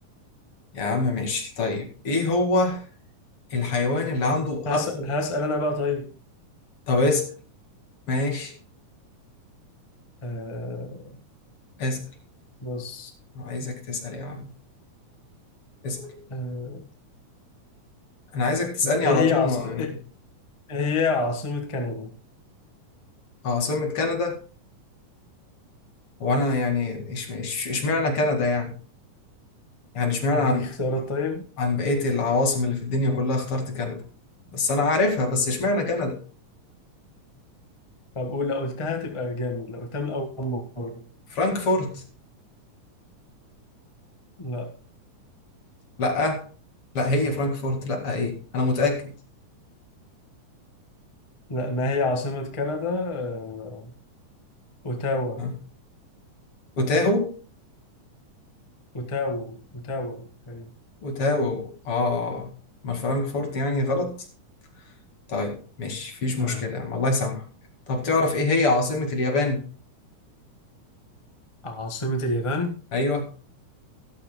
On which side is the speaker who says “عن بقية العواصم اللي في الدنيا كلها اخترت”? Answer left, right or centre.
Left